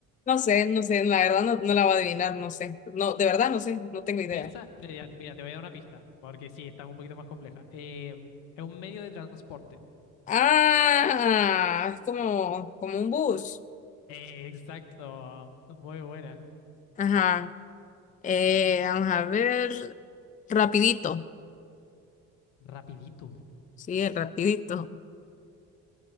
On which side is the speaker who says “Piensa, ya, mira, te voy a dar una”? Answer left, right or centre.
Left